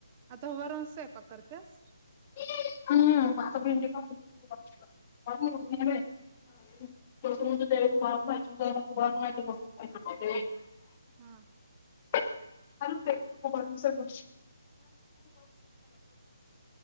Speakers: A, on the right; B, on the left.
A: आता उभा राहून स्वयंपाक करत्यास
B: <inaudible> <unintelligible>
A: हा
B: <unintelligible> <inaudible> बसून